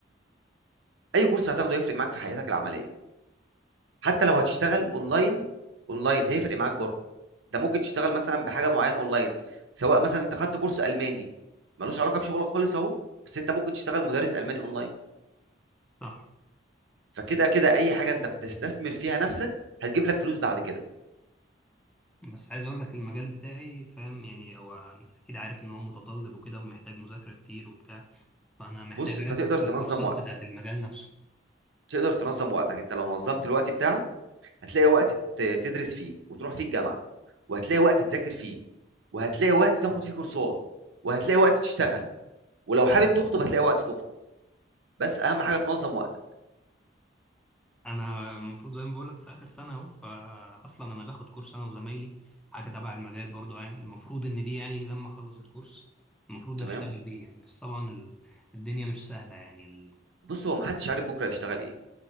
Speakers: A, on the right; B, in the centre.
A: اي كورس هتاخده هيفرق معاك في حياتك العملية حتى لو هتشتغل اونلاين اونلاين هيفرق معاك برضو ده ممكن تشتغل مثلا بحاجة معينة اونلاين سواء مثلا انت خدت كورس الماني ملوش علاقة بشغلك خالص اهو بس انت ممكن تشتغل مدرس الماني اونلاين
B: صح
A: فكده كده اي حاجه انت بتستثمر فيها نفسك هتجيب لك فلوس بعد كده
B: بس عايز أقول لك المجال بتاعي فاهم يعني هو أنت أكيد عارف إن هو متطلب وكده ومحتاج مذاكرة كتير وبتاع فأنا محتاج
A: بص انت
B: أركز
A: تقدر
B: في
A: تنظم
B: الكورسات
A: وقتك
B: بتاعة المجال نفسه
A: تقدر تنظم وقتك انت لو نظمت الوقت بتاعك هتلاقي وقت ت- تدرس فيه وتروح فيه الجامعه وهتلاقي وقت تذاكر فيه وهتلاقي وقت تاخد فيه كورسات وهتلاقي وقت تشتغل ولو حابب تخطب هتلاقي وقت تخطب بس اهم حاجه تنظم وقتك
B: أنا المفروض زي ما بقول لك في آخر سنة أهو فأصلا أنا باخد كورس أنا وزمايلي حاجة تبع المجال برضو يعني المفروض إن دي يعني لما أخلص الكورس المفروض
A: تمام
B: أشتغل بيه يعني بس طبعا ال- الدنيا مش سهلة يعني ال...
A: بص هو محدش عارف بكره هيشتغل ايه